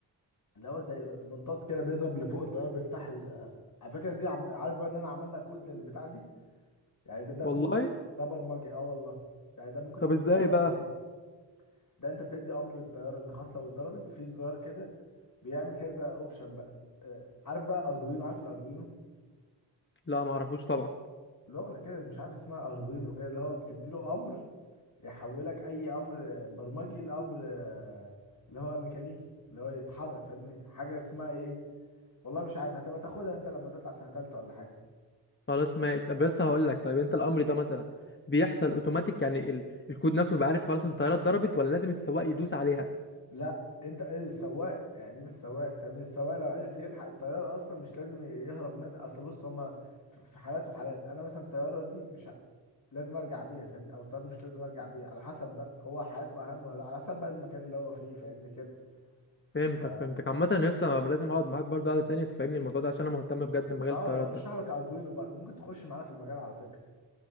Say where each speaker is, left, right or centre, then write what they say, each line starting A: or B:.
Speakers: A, on the left; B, on the left.
A: اللي هو زي منطاد كده بيضرب لفوق الطيارة بيفتح ال... على فكرة دي عم... عارف بقى ان انا عملنا كود للبتاع دي يعني ده ده
B: والله
A: كود ده برمجي اه والله يعني ده ممكن
B: طب ازاي
A: تشتغل
B: بقى
A: فين ده انت بتدي امر للطيارة ان خلاص لو اتضربت في زرار كده بيعمل كذا اوبشن بقى آه، عارف بقى اردوينو عارف الاردوينو
B: لا ما اعرفوش طبعا
A: لغة كده مش عارف اسمها اردوينو كده اللي هو بتدي له امر يحولك اي امر برمجي لامر آه، اللي هو ميكانيكي اللي هو يتحرك فاهمني حاجة اسمها ايه والله مش عارف هتبقى تاخدها انت لما تطلع سنة تالتة ولا حاجة
B: خلاص ماشي طب بس هقول لك طيب انت الامر ده مثلا بيحصل اوتوماتيك يعني ال... الكود نفسه بيبقى عارف خلاص ان الطياره اتضربت ولا لازم السواق يدوس عليها
A: لا انت ايه السواق يعني دي مش سواق فاهم السواق لو عرف يلحق الطياره اصلا مش لازم يهرب منها اصل بص هما في في حالات وحالات انا مثلا الطياره دي مش ه- لازم ارجع بيها فاهمني او الطياره مش لازم ارجع بيها على حسب بقى هو حياته اهم ولا لا على حسب بقى المكان اللي هو فيه فاهمني كده
B: فهمتك
A: ف
B: فهمتك عامه يا اسطى أنا لازم اقعد معاك برضه قعده تانية تفهمني الموضوع ده عشان انا مهتم بجد بمجال
A: اه
B: الطيارات
A: هشرح
B: ده
A: لك اردوينو بقى ممكن تخش معانا في المجال على فكره